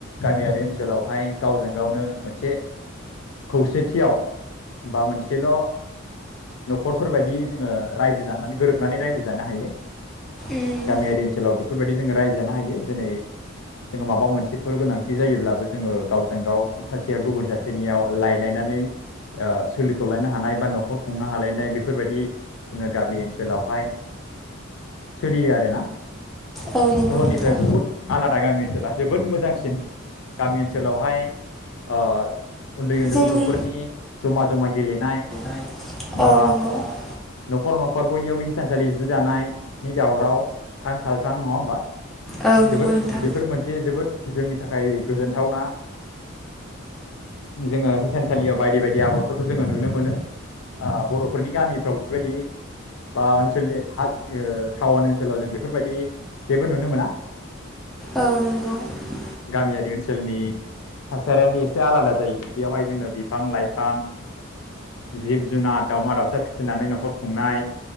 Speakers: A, on the left (about 80°); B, in the centre.
A: गामियारि ओनसोलावहाय गावजों गावनो मोनसे खौसेथियाव बा मोनसेल' न'खरफोरबायायदि जोङो रायजो जानानै गोरोबनानै रायजो जानो हायो
B: उम
A: गामियारि ओनसोलाव बेफोरबायदि जोङो रायजो जानो हायो जेरै जोङो माबा मोनसेफोर गोनांथि जायोब्लाबो जोङो गावजों गाव सासेया गुबुन सासेनियाव लायलायनानै ओ सोलिथलायनो हानाय बा नखर खुंनो हालायनाय बेफोरबायदि जोङो गामि ओनसोलावहाय सोलियो आरोना ।
B: औ नंगौ
A: सहरनिफ्राय
B: नोंथां
A: बहुत आलादा गामि ओनसोला जोबोद मोजांसिन गामि ओनसोलावहाय ओ उन्दै उन्दै
B: जोंनि
A: गथफोरनि जमा जमा गेलेनाय
B: औ
A: बा
B: नोंगौ ।
A: नखर नखर बयनियावबो हिथानसालि जि दानायनि दावराव थां खाालथां नङा होमबा ।
B: औ नंगौ
A: जोबोद
B: नोंथां
A: बेफोर मोनसे जोबोद जोंनि थाखाय गोजोनथावना । जोङो हिसानसालियाव बायदि बायदि आगरफोरखौ जोङो नुनो मोनो आ बर'फोरनि गामिफ्राव बेबायदि बा ओनसोलनि हा ओ टाउन ओनसोलाव जों बेफोरबायदि जेबो नुनो मोना ।
B: औ नोंगौ ।
A: गामियारि ओनसोलनि थासारियानो एसे आलादा जायो । बेयावहाय जोङो बिफां लाइफां, जिब जुनार, दाावमा दाउसा फिसिनानै नखर खुंनाय,